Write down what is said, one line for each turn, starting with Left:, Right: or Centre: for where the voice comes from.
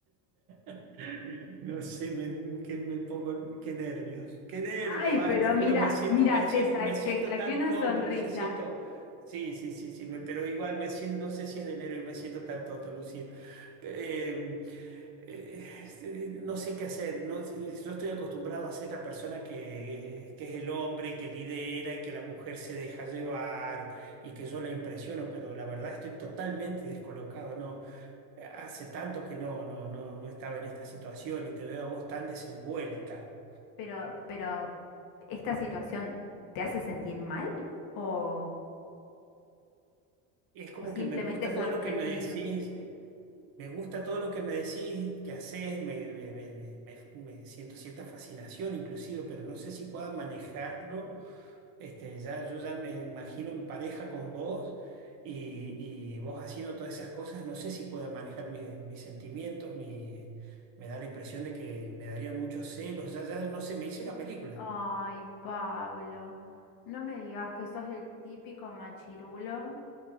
Right: <laughs> No sé, me, que me pongo, qué nervios, qué nervios,
Left: Ay,
Right: ay,
Left: pero
Right: te juro,
Left: mira,
Right: me siento,
Left: mira,
Right: me
Left: te,
Right: siento,
Left: sa-
Right: me siento
Left: te saqué
Right: tan
Left: una
Right: tonto,
Left: sonrisa,
Right: Lucía, siento, sí, sí, sí, sí, me, pero igual me siento, no sé si es de nervios, me siento tan tonto, Lucía. Eh, eh, eh, no sé qué hacer. No, sé, yo estoy acostumbrado a ser la persona que, que es el hombre y que lidera y que la mujer se deja llevar y que yo la impresiono, pero la verdad estoy totalmente descolocado. No, Eh, hace tanto que no, no, no, no estaba en esta situación y te veo a vos tan desenvuelta.
Left: pero, pero ¿esta situación te hace sentir mal o,
Right: Y es como
Left: o
Right: que
Left: simplemente
Right: me gusta todo
Left: sorprendido?
Right: lo que me decís. eh, Me gusta todo lo que me decís, que haces, me, me me- me- me- me siento cierta fascinación inclusive, pero no sé si pueda manejarlo Este, ya, yo ya me imagino en pareja con vos y, y vos haciendo todas esas cosas. No sé si puedo manejar mi- mis sentimientos, mi, me da la impresión de que me darían muchos celos. Ya, ya no sé, me hice una película.
Left: Ay, Pablo, no me digas que sos el típico machirulo,